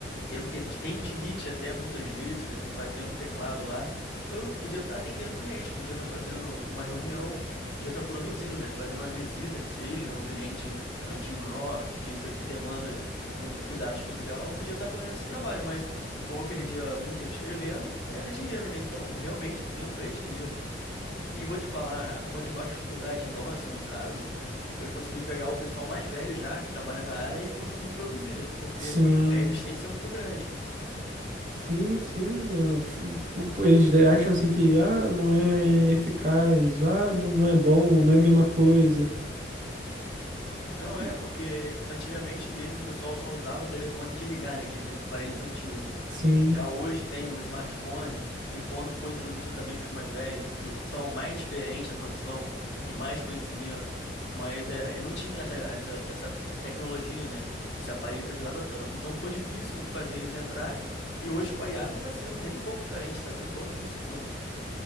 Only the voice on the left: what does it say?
tendo ten- tendinite até muitas vezes, né? Batendo um teclado lá. Eu podia estar atendendo o cliente, eu podia estar fazendo uma reunião, podia estar produzindo, né? Fazendo uma visita que seja no cliente antigo nosso, que isso demanda um um cuidado especial, eu podia estar fazendo esse trabalho, mas como eu perdia muito tempo escrevendo, era dinheiro, né? Então, realmente, o tempo é dinheiro. E vou te falar, uma das maiores dificuldades nossa, no caso, foi conseguir pegar o pessoal mais velho já, que trabalha na área, e conseguir introduzir, né? Porque
a resistência é muito grande.
Não, é,
porque antigamente mesmo o pessoal só usava telefone de ligar, né? Aqueles an- aparelhos antigos.
Já hoje tem o smartphone, e quando foi introduzido também para os mais velhos, que são mais experientes na profissão, têm mais conhecimento, mas é, eu não tinha essa, essa, essa tecnologia, né? Esse aparelho que ajudava tanto. Então foi difícil fazer eles entrarem, e hoje com a IA não está sendo nem um pouco diferente, está sendo tão difícil quanto.